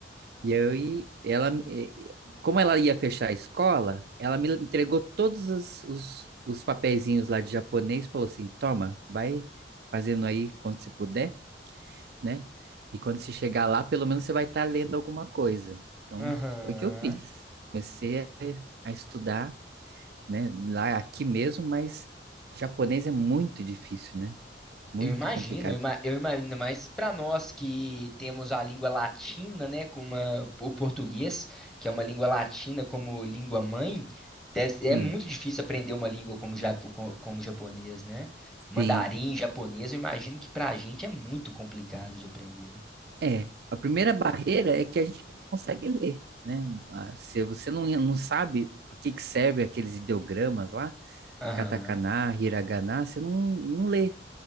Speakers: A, on the right (about 60°); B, in the centre.
A: E aí ela. eh, Como ela ia fechar a escola, ela me entregou todos as- os, os papeizinhos lá de japonês, falou assim: toma, vai fazendo aí quando você puder, né? E quando você chegar lá, pelo menos você vai estar lendo alguma coisa. Então,
B: aham.
A: foi o que eu fiz. Comecei a, a estudar, né? Lá aqui mesmo, mas japonês é muito difícil, né? Muito
B: Eu imagino,
A: complicado.
B: eu, ima- eu imagino, mas para nós que temos a língua latina, né, com uma- o português, que é uma língua latina como língua mãe, deve ser- é
A: Hum,
B: muito difícil aprender uma língua como, japo- co- como japonês, né? Mandarim,
A: sim.
B: japonês, eu imagino que para a gente é muito complicado de aprender.
A: É. A primeira barreira é que a gente não consegue ler, né? Ah, Se você não, não sabe por que que serve aqueles ideogramas lá,
B: Aham,
A: katakana, hiragana, você não, não lê.